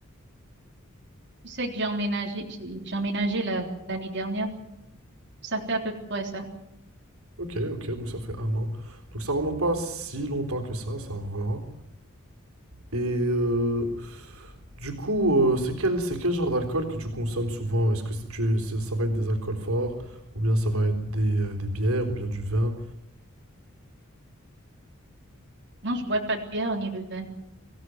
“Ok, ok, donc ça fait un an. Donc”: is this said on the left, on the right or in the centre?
Right